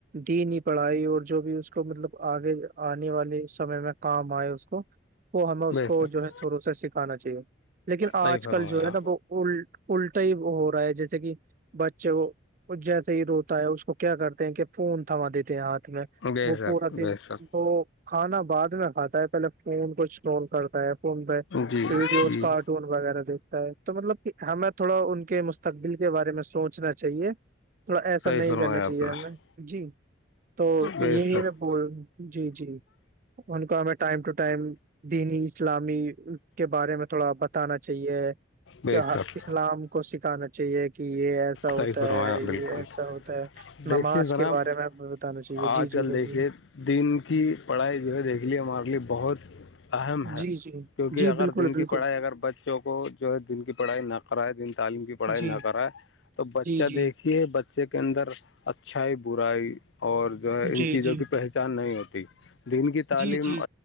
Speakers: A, on the right; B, on the left.
A: دیینی پڑھائی اور جو بھی اس تو مطلب آگے آنے والے سمے میں کام آئے اس کو وہ ہمیں اس
B: بے
A: کو
B: شک
A: جو ہے شروع سے سکھانا چاہیے لیکن آج
B: صحیح فرمایا
A: کل جو ہے نا ب الٹا ہی ہو رہا ہے جیسے کہ بچے کو وہ جیسے ہی روتا ہے اس کو کیا کرتے ہیں کہ فون تھما دیتے ہیں ہاتھ میں
B: بے
A: وہ
B: شک
A: پورا دن
B: بے شک
A: وہ کھانا بعد میں کھاتا ہے پہلے فون کو چون کرتا ہے فون پہ
B: جی
A: ویڈیوز
B: جی
A: کارٹون وغیرہ بھی تو مطلب کہ ہمیں تھوڑا ان کے مستقبل کے بارے میں سوچنا چاہیے تھوڑا ایسا
B: صحیح
A: نہیں
B: فرمایا
A: کرنا چاہیے
B: آپ نے
A: ہمیں جی تو یہی
B: بے شک
A: میں بول جی جی ان کا میں ٹائم ٹو ٹائم دینی اسلامی کے بارے میں تھوڑا بتانا چاہیے
B: بے
A: کہ
B: شک
A: اسلام کو سکھانا چاہیے کہ یہ ایسا ہوتا
B: صحیح فرمایا
A: ہے یہ
B: بالکل
A: ایسا ہوتا ہے
B: دیکھیے
A: نماز کے
B: جناب
A: بارے میں بتانا چاہیے
B: آج
A: جی
B: کل
A: جی بولیے
B: دیکھیے دین کی پڑھائی جو ہے دیکھ لیے ہمارے لیے بہت اہم ہے
A: جی جی
B: کیونکہ
A: جی
B: اگر
A: بالکل
B: دن کی
A: بالکل
B: پڑھائی اگر بچوں کو جو ہے دن کی پڑھائی نہ کرائے دن تعلیم کی پڑھائی
A: جی
B: نہ کرائے تو بچہ
A: جی جی
B: دیکھیے بچے کے اندر اچھائی برائی اور جو ہے ان
A: جی
B: چیزوں
A: جی
B: کی پہچان نہیں ہوتی دن کی تعلیم
A: جی جی